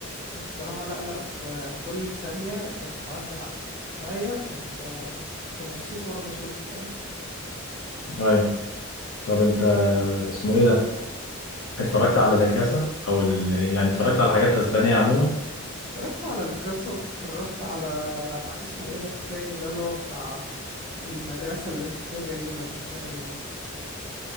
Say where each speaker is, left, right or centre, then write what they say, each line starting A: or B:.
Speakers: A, on the left (about 40°); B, on the left (about 70°).
A: بصراحة لا لا لا بكل ثانية كانت بتعدي عليا كانت آه، كنت مبسوط وانا بشوفه فاهم
B: ايوه طب انت اسمه ايه ده اتفرجت على لاكاسا او ال... يعني اتفرجت على حاجات اسبانيه عموما
A: اتفرجت على لاكاسا واتفرجت على ح- اسمه ايه ده التاني ده اللي هو بتاع المدرسة اللي بيحصل فيها جريمة دي اسمها ايه